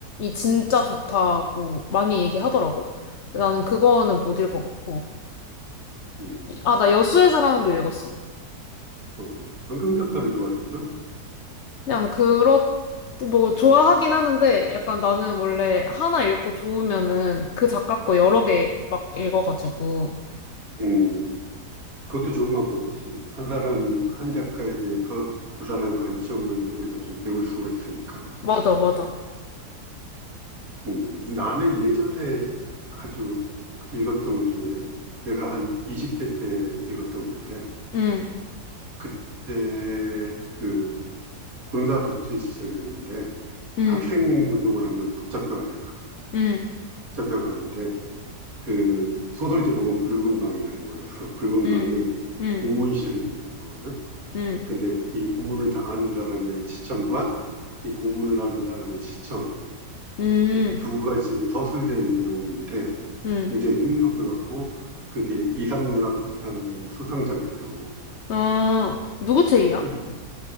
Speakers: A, on the left; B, on the right.
A: 진짜 좋다고 많이 얘기하더라고. 근데 나는 그거는 못 읽어봤고.
B: 음,
A: 아, 나 여수의 사랑도 읽었어.
B: 또, 한강 작가를 좋아하는구나.
A: 그냥 그렇, 뭐, 좋아하긴 하는데 약간 나는 원래 하나 읽고 좋으면은 그 작가 거 여러 개 막 읽어가지고.
B: 음. 그것도 좋은 방법이지. 한 사람, 한 작가에 대해서 그 사람의 관점을 우리가 좀 배울 수가 있으니까.
A: 맞아, 맞아.
B: 음, 나는 예전에 아주 읽었던 것 중에 내가 한 20대 때 읽었던 건데,
A: 응,
B: 그때 그 군사 독재 시절이었는데,
A: 응,
B: 학생 운동을 하면 붙잡혀가잖아.
A: 응,
B: 붙잡혀가는데, 그 소설 제목은 붉은 방이라는 거였어. 붉은
A: 응,
B: 방이
A: 응,
B: 고문실을 얘기하는 거거든.
A: 응,
B: 근데 이 고문을 당하는 사람의 시점과 이 고문을 하는 사람의 시점으로
A: 응,
B: 두 가지로 서술된 내용인데
A: 응.
B: 굉장히 흥미롭게 봤고 그게 이상문학상 수상작이더라고.
A: 아, 누구 책이야?
B: 그때